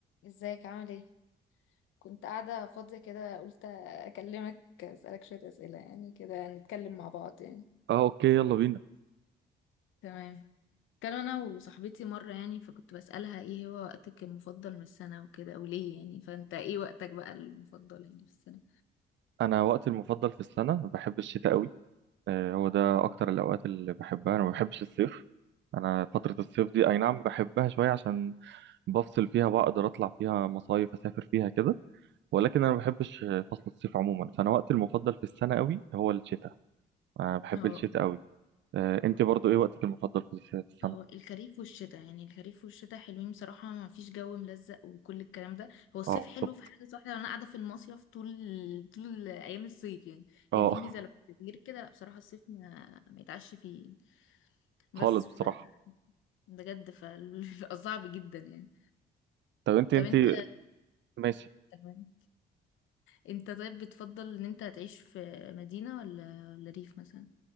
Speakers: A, on the left; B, on the right.
A: ازيك عامل ايه كنت قاعدة فاضية كده قلت اكلمك اسألك شوية اسئلة يعني كده نتكلم مع بعض يعني
B: اه اوكي يلا بينا
A: تمام كان انا وصاحبتي مره يعني فكنت بسالها ايه هو وقتك المفضل من السنه وكده وليه يعني فانت ايه وقتك بقى المفضل يعني في السنه
B: انا وقتي المفضل في السنه بحب الشتاء قوي آه، هو ده اكتر الاوقات اللي بحبها انا ما بحبش الصيف انا فتره الصيف دي اي نعم بحبها شويه عشان بفصل فيها بقدر اطلع فيها مصايف اسافر فيها كده ولكن انا ما بحبش آه، فصل الصيف عموما فانا وقتي المفضل في السنه قوي هو الشتاء انا بحب
A: اه
B: الشتاء قوي آه، انت برضو ايه وقتك المفضل في الس- في السنه
A: هو الخريف والشتاء يعني الخريف والشتاء حلوين بصراحة ما فيش جو ملزق وكل الكلام ده هو الصيف
B: اه بالظبط
A: حلو في حاجة واحدة انا قاعدة في المصيف طول طول ايام الصيف يعني
B: اه
A: هي دي الميزة لو غير كده لا بصراحة الصيف ما ما يتعش فيه بس
B: <laughs> خالص بصراحه
A: ف بجد فبيبقى صعب <laughs> جدا يعني
B: طب انت انت
A: طب انت
B: ماشي
A: تمام انت طيب بتفضل ان انت تعيش في مدينة ولا ولا ريف مثلا